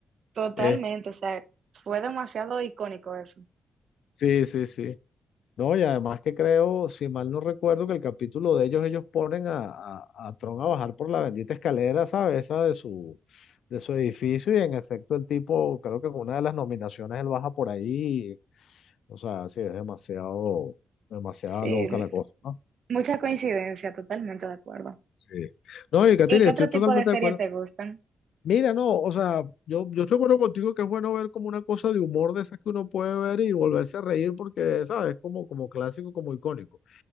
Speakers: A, on the right; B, on the left.
A: totalmente,
B: Eh,
A: o sea, fue demasiado icónico eso.
B: sí, sí, sí. No, y además que creo, si mal no recuerdo, que el capítulo de ellos, ellos ponen a, a, a Tron a bajar por la bendita escalera, ¿sabes? Esa de su, de su edificio, y en efecto el tipo, creo que con una de las nominaciones él baja por ahí. O sea, sí, es demasiado, demasiada
A: Sí,
B: loca la cosa, ¿no?
A: Mucha coincidencia, totalmente de acuerdo.
B: Sí. No, y Katina,
A: ¿Y qué otro
B: estoy totalmente
A: tipo de serie
B: de acuerdo.
A: te gustan?
B: Mira, no, o sea, yo, yo estoy de acuerdo contigo que es bueno ver como una cosa de humor de esas que uno puede ver y volverse a reír porque, ¿sabes? Como, como clásico, como icónico.